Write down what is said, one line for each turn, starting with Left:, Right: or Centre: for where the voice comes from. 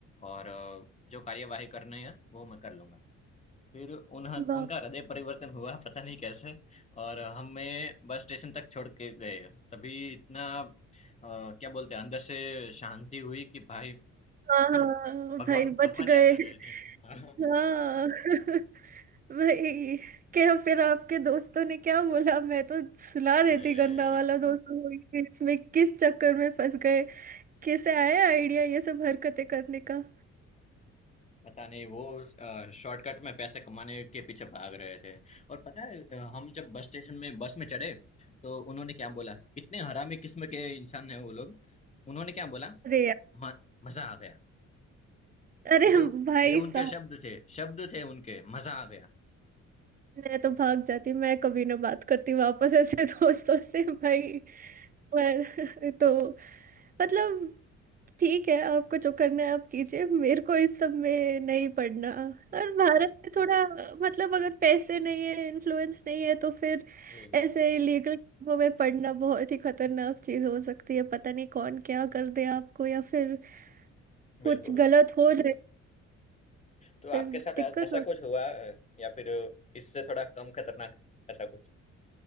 Left: और अ, जो कार्यवाही करनी है वो मैं कर लूँगा। फिर उन्ह
Right: बाप
Left: उनका हृदय परिवर्तन हुआ पता नहीं कैसे और हमें बस स्टेशन तक छोड़ के गए। तभी इतना अ, क्या बोलते हैं अंदर से शांति हुई कि भाई
Right: हाँ
Left: अभी
Right: हाँ
Left: भगवान
Right: भाई बच
Left: भगवान
Right: गए
Left: याद आ गए थे। <laughs>
Right: हाँ <laughs> भाई क्या फिर आपके दोस्तों ने क्या बोला मैं तो सुला देती
Left: अरे!
Right: गंदा वाला दोस्तों को कि इसमें किस चक्कर में फंस गए कैसे आया आइडिया ये सब हरकतें करने का
Left: पता नहीं वो शॉर्टकट में पैसे कमाने के पीछे भाग रहे थे और पता है अ, हम जब बस स्टेशन में बस में चढ़े तो उन्होंने क्या बोला इतने हरामी किस्म के इंसान है वो लोग उन्होंने क्या बोला
Right: अरे यार
Left: "म- मजा आ गया
Right: अरे
Left: ये
Right: भाई
Left: ये उनके
Right: साहब
Left: शब्द थे शब्द थे उनके मजा आ गया
Right: मैं तो भाग जाती मैं कभी ना बात करती वापस ऐसे <laughs> दोस्तों से भाई पर <laughs> तो मतलब ठीक है आपको जो करना है आप कीजिए मेरे को इस सब में नहीं पड़ना और भारत में थोड़ा मतलब अगर पैसे नहीं है इन्फ्लुएंस नहीं है तो फिर
Left: जी
Right: ऐसे इलीगल वो में पड़ना बहुत ही खतरनाक चीज हो सकती है पता नहीं कौन क्या कर दे आपको या फिर कुछ
Left: बिल्कुल
Right: गलत हो जाए
Left: तो
Right: फिर
Left: आपके साथ
Right: दिक्कत
Left: ऐ- ऐसा
Right: होती
Left: कुछ हुआ अ, या फिर इससे थोड़ा कम खतरनाक ऐसा कुछ